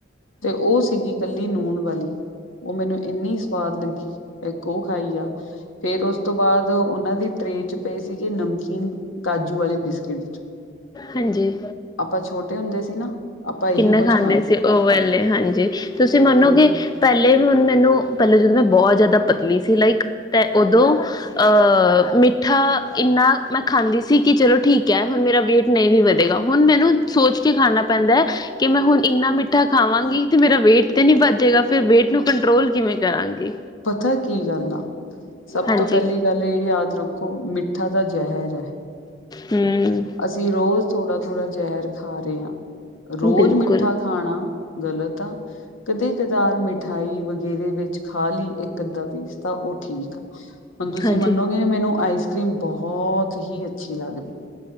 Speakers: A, on the left (about 80°); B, on the left (about 20°).
A: ਤੇ ਓ ਸੀਗੀ ਕੱਲੀ ਨੂੰਣ ਵਾਲੀ ਓ ਮੈਨੂੰ ਏਨੀ ਸਵਾਦ ਲੱਗੀ ਏਕ ਓ ਖਾਈ ਆ। ਫੇਰ ਓਸ ਤੋਂ ਬਾਅਦ ਓਨਾਂ ਦੀ ਟਰੇ ਚ, ਪਏ ਸੀਗੇ ਨਮਕੀਨ ਕਾਜੂ, ਵਾਲੇ ਬਿਸਕਿਟ
B: ਹਾਂਜੀ
A: ਆਪਾਂ ਛੋਟੇ ਹੁੰਦੇ ਸੀ ਨਾ। ਆਪਾਂ ਇਹੀ
B: ਕਿੰਨੇ
A: ਕੁੱਝ
B: ਖਾਂਦੇ ਸੀ ਓ ਵਾਲੇ ਹਾਂਜੀ ਤੁਸੀਂ ਮੰਨੋਗੇ
A: ਹਾਂਜੀ
B: ਪੈਲੇ ਵੀ ਹੁਣ ਮੈਨੂੰ ਪੈਲੇ ਜਦੋਂ ਮੈਂ, ਬਹੁਤ ਜ਼ਿਆਦਾ ਪਤਲੀ ਸੀ ਲਾਈਕ ਤੈ ਓਦੋਂ ਅ ਮਿੱਠਾ ਇੰਨਾ ਮੈਂ ਖਾਂਦੀ ਸੀ ਕਿ ਚਲੋ ਠੀਕ ਐ ਹੁਣ ਮੇਰਾ ਵੇਟ ਨਈ ਵੀ ਵਧੇਗਾ ਹੁਣ ਮੈਨੂੰ ਸੋਚ ਕੇ ਖਾਣਾ ਪੈਂਦਾ ਐ ਕਿ ਮੈਂ ਹੁਣ ਇੰਨਾ ਮਿੱਠਾ ਖਾਵਾਂਗੀ ਤੇ ਮੇਰਾ ਵੇਟ ਤੇ ਨੀ ਵੱਧ ਜੇਗਾ ਫਿਰ ਵੇਟ ਨੂੰ ਕੰਟਰੋਲ ਕਿਵੇਂ ਕਰਾਂਗੀ?
A: ਪਤਾ ਕੀ ਗੱਲ ਆ ਸਭ
B: ਹਾਂਜੀ
A: ਤੋਂ ਪੈਲੀ ਗੱਲ ਏ ਯਾਦ ਰੱਖੋ ਮਿੱਠਾ ਤਾ ਜ਼ਹਿਰ ਹੈ।
B: ਹੁੰ
A: ਅਸੀਂ ਰੋਜ਼ ਥੋੜਾ-ਥੋੜਾ ਜ਼ਹਿਰ ਖਾ ਰੇ ਆਂ ਰੋਜ਼
B: ਬਿਲਕੁਲ
A: ਮਿੱਠਾ ਖਾਣਾ ਗਲਤ ਆ। ਕਦੇ ਕਧਾਰ ਮਿਠਾਈ ਵਗੈਰੇ ਵਿੱਚ ਖਾ ਲੀ ਏਕ ਅੱਧਾ ਪੀਸ। ਤਾਂ ਓ ਠੀਕ ਆ। ਹੁਣ ਤੁਸੀਂ
B: ਹਾਂਜੀ
A: ਮੰਨੋਗੇ ਨੀ ਮੈਨੂੰ ਆਈਸ ਕਰੀਮ ਬਹੁਤ ਹੀ ਅੱਛ ਅੱਛੀ ਲੱਗਦੀ ਆ